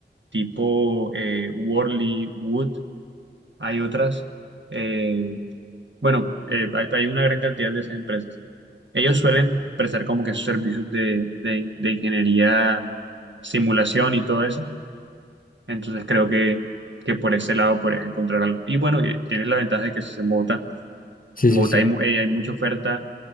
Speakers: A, on the right; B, on the left.
A: tipo eh, Worley, Wood, hay otras, eh, bueno, eh, hay, hay una gran cantidad de esas empresas. Ellos suelen prestar como que sus servicios de, de de ingeniería, simulación y todo eso Entonces creo que, que por ese lado podrías encontrar algo. Y bueno, y tienes la ventaja de que eso es en Bogotá.
B: Sí,
A: En
B: sí,
A: Bogotá
B: sí.
A: hay, mu- eh, hay mucha oferta